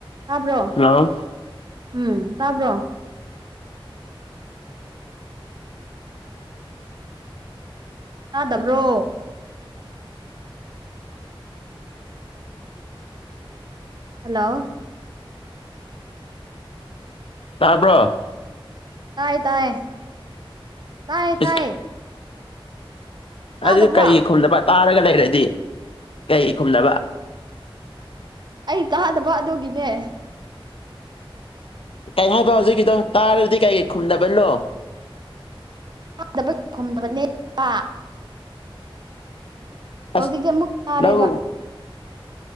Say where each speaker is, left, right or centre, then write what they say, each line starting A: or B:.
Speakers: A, on the right; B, on the left.
A: ꯇꯥꯕ꯭ꯔꯣ
B: ꯍꯜꯂꯣ
A: ꯎꯝ ꯇꯥꯕ꯭ꯔꯣ ꯇꯥꯗꯕ꯭ꯔꯣ ꯍꯜꯂꯣ
B: ꯇꯥꯔꯕ꯭ꯔꯣ
A: ꯇꯥꯏ ꯇꯥꯏꯌꯦ ꯇꯥꯏ
B: ꯏꯁ
A: ꯇꯥꯏꯌꯦ ꯇꯥꯗꯕ꯭ꯔꯣ
B: ꯑꯗꯨꯗꯤ ꯀꯩꯒꯤ ꯈꯨꯝꯅꯕ ꯇꯥꯔꯒ ꯂꯩꯔꯗꯤ ꯀꯩ ꯈꯨꯝꯗꯕ
A: ꯑꯩ ꯇꯥꯗꯕ ꯑꯗꯨꯒꯤꯅꯦ
B: ꯀꯩ ꯍꯥꯏꯕ ꯍꯧꯖꯤꯛꯀꯤꯗꯣ ꯇꯥꯔꯗꯤ ꯀꯩꯀꯩ ꯈꯨꯝꯗꯕꯅꯣ
A: ꯆꯥꯗꯕ ꯈꯗꯕꯅꯦ <inaudible>
B: ꯑꯁ
A: ꯍꯧꯖꯤꯛꯇꯤ ꯑꯃꯨꯛ ꯇꯥꯔꯦꯕ
B: ꯅꯪ